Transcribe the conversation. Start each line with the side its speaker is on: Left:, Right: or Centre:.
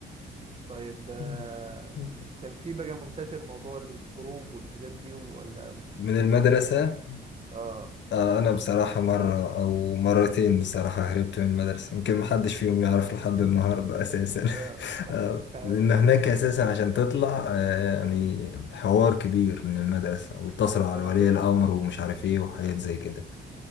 Right: طيب آه
Left: مم. مم.
Right: كان في بقى منتشر موضوع الهروب والحاجات دي ولا ما كنتش
Left: من المدرسه
Right: يعني ما كانش اه
Left: آه انا بصراحه مره او مرتين بصراحه هربت من المدرسه يمكن محدش فيهم يعرف لحد النهارده اساسا
Right: اه
Left: <laughs> آه
Right: آه،
Left: لان هناك اساسا عشان تطلع آه يعني حوار كبير من المدرسه ويتصلوا
Right: ما
Left: على
Right: أنا
Left: ولي
Right: كنت
Left: الامر ومش عارف ايه وحاجات زي كده